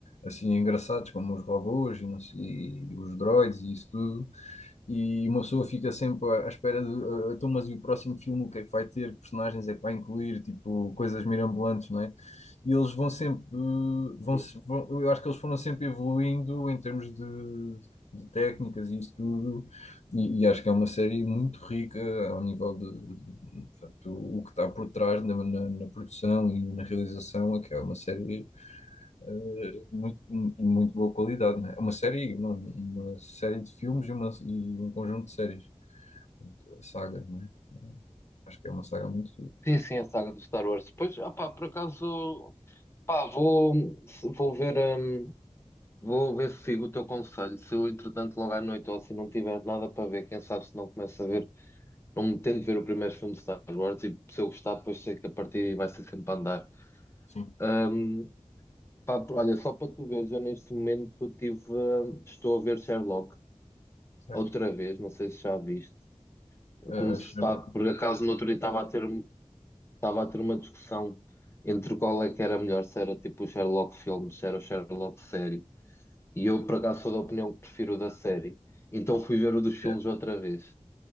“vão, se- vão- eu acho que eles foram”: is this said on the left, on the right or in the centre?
Left